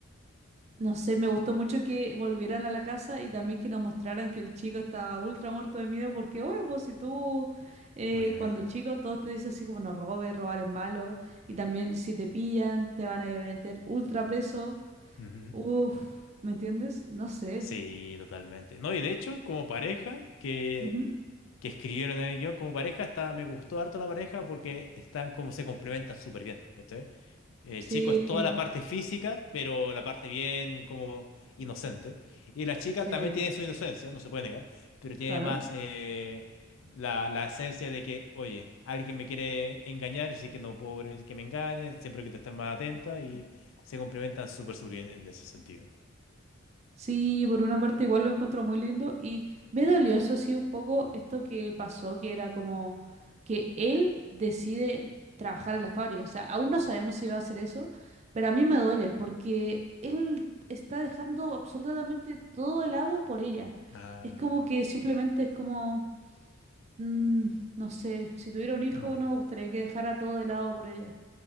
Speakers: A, on the right; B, on the left.
A: No sé, me gustó mucho que volvieran a la casa y también que nos mostraran que el chico estaba ultra muerto de miedo porque, oye, pues si tú eh,
B: Obviamente.
A: cuando chico todos te dicen así como no robes, robar es malo y también si te pillan te van a meter ultra preso.
B: ujú.
A: Uf, ¿me entiendes? No sé.
B: Sí, totalmente. No, y de hecho, como pareja que,
A: Ujú.
B: que escribieron en el guión, como pareja, está, me gustó harto la pareja porque están como se complementan súper bien, ¿cachai? El
A: Sí,
B: chico es toda la parte física, pero la parte bien como inocente. Y la chica
A: sí,
B: también tiene su inocencia, no se puede negar, pero tiene
A: claro.
B: más eh, la, la esencia de que, oye, alguien me quiere engañar, así que no puedo permitir que me engañen, siempre hay que estar más atenta y se complementan súper súper bien en ese sentido.
A: Sí, por una parte igual lo encuentro muy lindo y me dolió eso sí un poco esto que pasó, que era como que él decide trabajar en la fábrica, o sea, aún no sabemos si va a hacer eso, pero a mí me duele porque él está dejando absolutamente todo helado por ella.
B: Ah,
A: Es como que simplemente
B: sí.
A: es como, mm, no sé, si tuviera un hijo
B: No.
A: no me gustaría que dejara todo helado por ella.